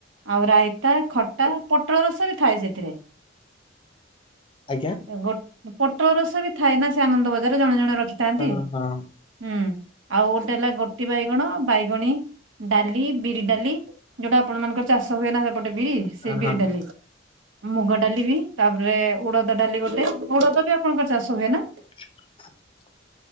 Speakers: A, on the right; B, on the left.
A: ଆଉ ରାଇତା, ଖ ତା ପୋଟଳ ରସବି ଥାଏ ସେଥିରେ।
B: ଆଜ୍ଞା।
A: ଗୋ ପୋଟଳ ରସବି ଥାଏନା ସେ ଆନନ୍ଦ ବଜାରରେ ଜଣେ, ଜଣେ ରଖିଥାନ୍ତି।
B: ହଁ ହଁ
A: ହୁଁ, ଆଉ ଗୋଟେ ହେଲା ଗୋଟି ବାଇଗଣ, ବାଇଗଣୀ ଡାଲି, ବିରି ଡାଲି, ଯୋଉଟା ଆପଣ ମାନଙ୍କର ଚାଷ ହୁଏନା ସେପଟେ ବିରି। ସେ
B: ହଁ ହଁ।
A: ବିରି ଡାଲି ମୁଗ ଡାଲି ବି ତାପରେ ଉଡ଼ଦ ଡାଲି ଗୋଟେ ଉଡଦ ବି ଆପଣଙ୍କର ଚାଷ ହୁଏ ନା?
B: <unintelligible>